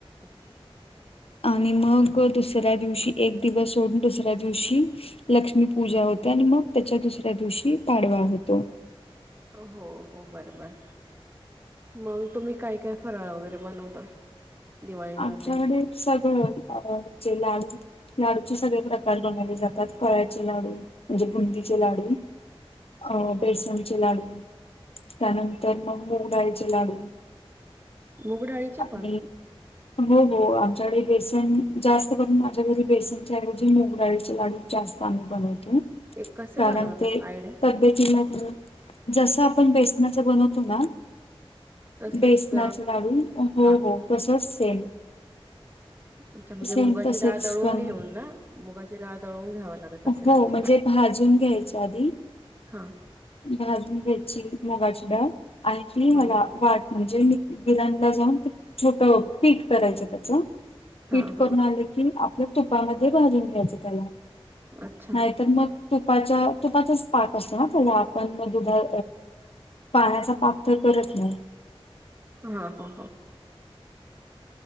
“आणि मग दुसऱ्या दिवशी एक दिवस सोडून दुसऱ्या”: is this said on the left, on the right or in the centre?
Left